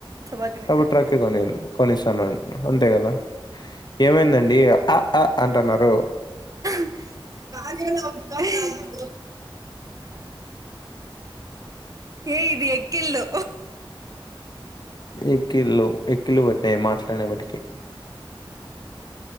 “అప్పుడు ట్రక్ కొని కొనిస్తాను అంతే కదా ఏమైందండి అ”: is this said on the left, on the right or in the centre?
Left